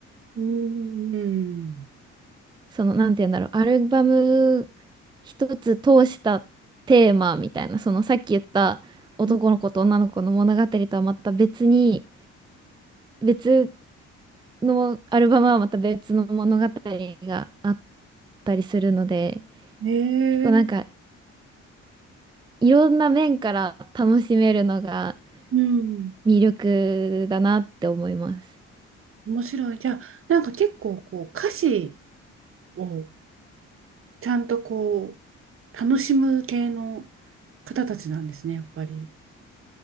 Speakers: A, on the right; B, on the right.
A: うん、うん。
B: その、なんて言うんだろう、アルバム一つ通したテーマみたいな、そのさっき言った男の子と女の子の物語とはまた別に、
A: うん、
B: 別のアルバムはまた別の物語があったりするので、
A: うん、えー、
B: 結構なんかいろんな面から楽しめるのが
A: うん、
B: 魅力だなって思います。
A: 面白い。じゃあ、なんか結構こう、歌詞をちゃんとこう、楽しむ系の方たちなんですね、やっぱり。